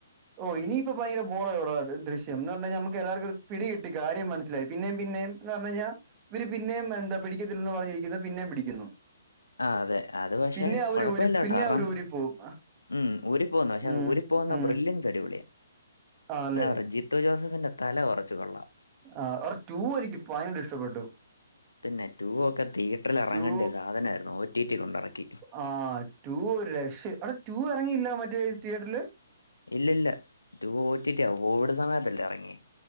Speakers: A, on the right (about 30°); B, on the left (about 85°).
A: ഓഹ് ഇനി ഇപ്പോ ഭയര ബോറായി ടാ ദൃശ്യം എന്ന് പറഞ്ഞഴിഞ്ഞാ നമുക്ക് എല്ലാവർക്കും ഒരു പിടി കിട്ടി കാര്യം മനസിലായി. പിന്നെയും പിന്നെയും എന്ന് പറഞ്ഞു കഴിഞ്ഞാ ഇവര് പിന്നെയും എന്താ പിടിക്കത്തില്ലെന്ന് പറഞ്ഞിരിക്കുന്നു പിന്നെയും പിടിക്കുന്നു.
B: ആഹ് അതെ അത് പക്ഷെ
A: പിന്നെ അവര്
B: കൊഴപ്പില്ലട്ടോ
A: ഊരി പിന്നെ
B: കാരണം
A: അവര് ഊരിപ്പോവും
B: ഉം ഊരി പോകുന്ന് പക്ഷെ
A: ഉം
B: അത് ഊരി പോകുന്ന
A: ഉം
B: ബ്രില്ലൻ സ് അടിപൊളിയ
A: ആണല്ലേ
B: അതാ പറഞ്ഞ് ജിത്തു ജോസഫിന്റെ തല കൊറച്ച് കൊള്ളാം.
A: ആഹ് അവരെ റ്റൂ എനിക്ക് ഭയങ്കര ഇഷ്ടപ്പെട്ടു.
B: പിന്നെ റ്റൂ ഒക്കെ തിയറ്ററിൽ എറങ്ങേണ്ട്യ
A: ടു
B: സാധനാരുന്നു ഓറ്റീറ്റി കൊണ്ടിറക്കി.
A: ആഹ് ടു ഒരു രക്ഷേം എടാ ടു ഇറങ്ങിയില്ല മറ്റേ തിയേറ്ററില്
B: ഇല്ലല്ല റ്റൂ ഓറ്റീറ്റിയാ കോവിഡ് സമയത്തല്ലേ എറങ്യേ